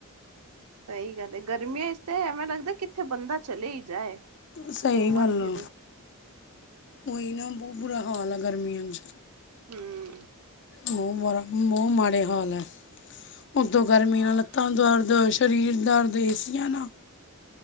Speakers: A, on the right; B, on the left.
A: ਸਹੀ ਗੱਲ ਹੈ ਗਰਮੀਆਂ ਵਿਚ ਤੇ ਐਵੇਂ ਲੱਗਦਾ। ਕਿੱਥੇ ਬੰਦਾ ਚਲੇ ਹੀ ਜਾਏ।
B: ਸਹੀ
A: ਘੁੰਮਣ
B: ਗੱਲ
A: ਫਿਰਨ
B: ਆ। ਉਹੀ ਨਾ ਬਹੁਤ ਬੁਰਾ ਹਾਲ ਆ ਗਰਮੀਆਂ ਚ
A: ਹਮ।
B: ਉਹ ਬੜਾ ਬਹੁਤ ਮਾੜੇ ਹਾਲ ਹੈ। ਉੁਤੋਂ ਗਰਮੀ
A: ਹਾਂ
B: ਨਾਲ ਲੱਤਾਂ ਦਾਰਦ ਸਰੀਰ ਦਰਦ ਦੇ ਏਸੀਆਂ ਨਾਲ।